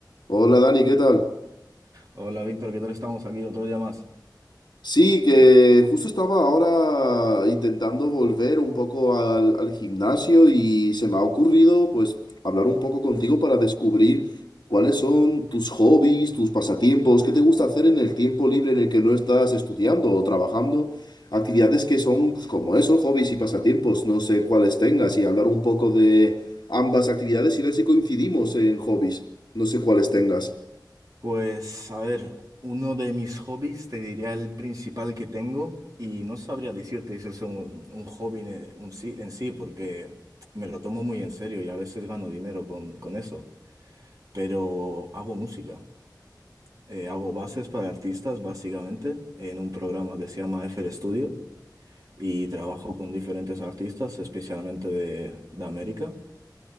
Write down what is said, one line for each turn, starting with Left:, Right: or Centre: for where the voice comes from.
Left: Hola Dani, ¿qué tal?
Right: Hola Víctor, ¿qué tal estamos aquí otro día más?
Left: Sí, que justo estaba ahora intentando volver un poco al, al gimnasio y se me ha ocurrido pues hablar un poco contigo para descubrir cuáles son tus hobbies, tus pasatiempos, qué te gusta hacer en el tiempo libre en el que no estás estudiando o trabajando, actividades que son pues, como eso, hobbies y pasatiempos, no sé cuáles tengas y hablar un poco de ambas actividades y ver si coincidimos en hobbies, no sé cuáles tengas.
Right: Pues a ver, uno de mis hobbies, te diría el principal que tengo y no sabría decirte si es un, un hobby ne- un sí, en sí porque me lo tomo muy en serio y a veces gano dinero con, con eso, pero hago música, Eh, hago bases para artistas básicamente en un programa que se llama FL Studio y trabajo con diferentes artistas, especialmente de, de América.